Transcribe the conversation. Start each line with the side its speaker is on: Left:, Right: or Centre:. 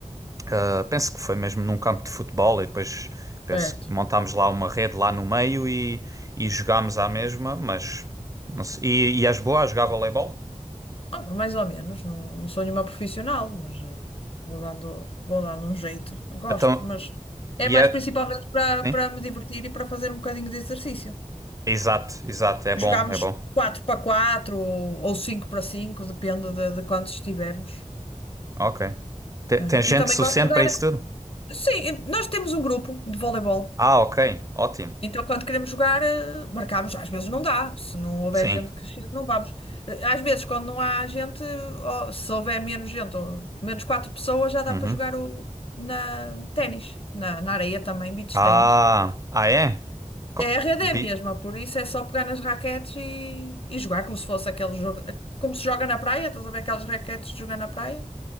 Right: Uh, penso que foi mesmo num campo de futebol e depois penso
Left: Certo.
Right: que montámos lá uma rede lá no meio e, e jogámos à mesma, mas não sei. E, e és boa a jogar voleibol?
Left: Ah, mais ou menos, não, não sou nenhuma profissional, mas eh, vou dando, vou dando um jeito. Eu Gosto,
Right: Então,
Left: mas
Right: e
Left: é mais
Right: é.
Left: principalmente para
Right: Sim?
Left: para me divertir e para fazer um bocadinho de exercício.
Right: Exato, exato, é
Left: Jogamos
Right: bom, é bom.
Left: 4 para 4 ou, 5 para cinco depende de, de quantos estivermos.
Right: Ok. Te-
Left: né?
Right: Tem, gente
Left: E também
Right: suficiente
Left: gosto de jogar
Right: para isso tudo?
Left: Sim, nós temos um grupo de voleibol.
Right: Ah, ok, ótimo.
Left: Então, quando queremos jogar, eh, marcamos. Às vezes não dá. Se não houver
Right: Sim.
Left: gente que chegue, não vamos. Eh, Às vezes, quando não há gente, ó, se houver menos gente, ou menos quatro pessoas, já dá
Right: Uhum.
Left: para jogar o, na ténis, na, na areia também, beach
Right: Ah,
Left: ténis.
Right: ah é? Co-
Left: É, a rede
Right: Be-
Left: é a mesma, por isso é só pegar nas raquetes e, e jogar como se fosse aquele jogo, eh, como se joga na praia, estás a ver aquelas raquetes de jogar na praia?